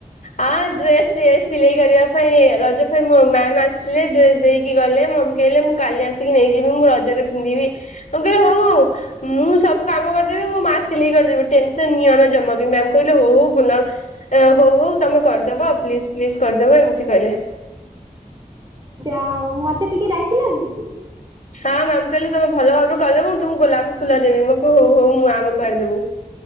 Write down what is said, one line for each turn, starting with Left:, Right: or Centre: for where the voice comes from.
Left: ଆଉ ଡ୍ରେସ୍ ସେ ସିଲେଇ କରିବା ପାଇଁ ରଜ ପାଇଁ ମୋ ମାମ୍ ଆସିଲେ ଡ୍ରେସ ଦେଇକି ଗଲେ, ମମ୍ କହଲେ ମୁଁ କାଲି ଆସିକି ନେଇଯିବି ମୁଁ ର, ଜରେ ପିନ୍ଧିବି । <unintelligible> ହଉ, ମୁଁ ସବୁ, ସବୁ କାମ କରିଦେବି, ମୋ ମା ସିଲେଇ କରିଦବ ଟିଏ। ସ ନିଅନା ଜମା ବି, ମ୍ୟାମ୍। କହିଲେ ହୋ ହଉ ଗୁଲ, ଏ ହଉ ହଉ ତମେ କରିଦବ ପ୍ଲିଜ! ପ୍ଲିଜ କରିଦବ ଏମିତି କହିଲେ ।
Right: ଆଉ ମତେ ଟିକେ ଡାକିଲନି?
Left: ହଁ ମାମ କହିଲେ ତମେ ଭଲ ଭାବରେ କଲେ, ମୁଁ ତମକୁ ଗୋଲାପ ଫୁଲ ଦେବି ମୁଁ, ହଉ ହଉ, ମୁଁ ଆମକୁ କରିଦବୁ ।